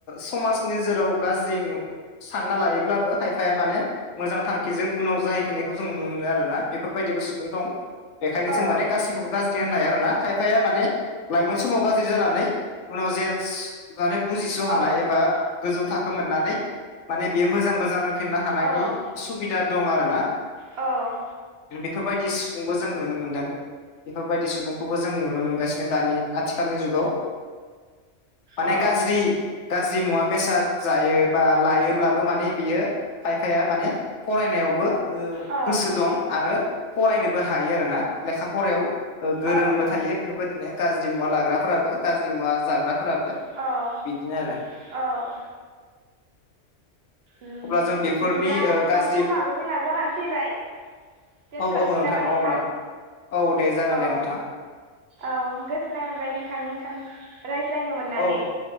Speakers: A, on the left; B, on the right.
A: समाजनि नोजोराव गाज्रि नु सानना लायोब्लाबो खायफाया माने मोजां थांखिजों उनाव जाहैफिननायखौ जों नुनो मोनो आरोना बेफोरबायदिबो सुबुं दं बेखायनो
B: औ
A: जों माने गासैखौबो गाज्रि होननो हाया आरो ना खायफाया माने लाइमोन समाव गाज्रि जानानै उनाव जे माने बुजिस' हानाय
B: औ
A: एबा गोजौ थाखो मोननानै माने बेयो मोजांबो जालांफिननो हानायनि
B: औ
A: सुबिदा दं आरो ना
B: औ
A: बेफोरबायदि सुबुंबो जों नुनो मोन्दों बेफोरबायदि सुबुंखौबो जों नुनो मोनगासिनो दानि आथिखालनि जुगाव माने
B: औ
A: गाज्रि गाज्रि मुवा बेसाद जायो बा लायोब्लाबो माने बियो खायफाया माने फरायनायावबो ओ
B: औ
A: गोसो दं आरो फरायनोबो हायो आरोना लेखा फरायाव ओ गोरोंबो
B: औ
A: थायो बे बेबायदिनो गाज्रि मुवा लाग्राफोराबो गाज्रि मुवा जाग्राफोराबो
B: औ
A: बिदिनो आरो
B: औ उम
A: अब्ला जों बेफोरनि
B: बिदिब्ला
A: ओ
B: नोंथां
A: गाज्रि
B: समाबो जोंना जानानै फैबाय दोनथ'नोसै
A: औ औ
B: नामा नोंथां
A: अब्ला औ दे जागोन
B: औ
A: दे नोंथां
B: औ गोजोननाय मोनबाय नोंथां नोंथां रायज्लायनो मोननानै
A: औ